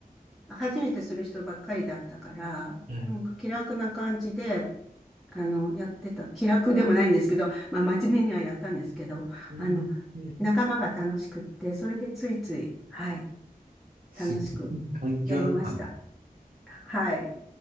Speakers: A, in the centre; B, on the right (about 60°).
A: 初めてする人ばっかりだったから、
B: はい。
A: なんか気楽な感じで、あの、やってた、気楽でもないんですけど、まあ、真面目にはやったんですけど、
B: えーえー
A: あの、仲間が楽しくって、それでついつい、はい、
B: すごい環境だったんで
A: 楽しくやりました。はい、